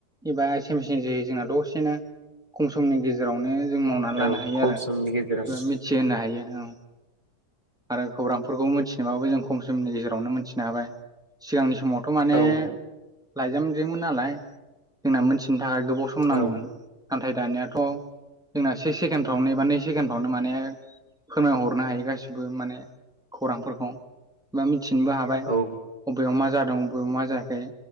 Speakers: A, in the centre; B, on the left.
A: एबा एसमसन ज जोंना दसेनो खम समनि गेजेरावनो जों मावनानै लानो
B: औ
A: हायो
B: खम
A: आरो
B: समनि गेजेराव
A: मिथिहोनो हायो औ आरो खौरांफोरखौ मिथिनोबाबो जों खम समनि गेजेराव आवनो मोनथिनो हाबाय सिगांनि समावथ' माने
B: औ
A: लाइजामजोंमोन नालाय जोंना मोनथिनो थाखाय गोबाव सम नांगौमोन
B: औ
A: नाथाय दानायाथ' जोंना से सेकेणडफ्रावनो एबा नै सेकेणडफ्रावनो माने फोरमाय हरनो हायो गासिबो बो माने खौरांफोरखौ मिथिनोबो हाबाय
B: औ ओ
A: बबेयाव मा जादोंं अबेयाव मा जायाखै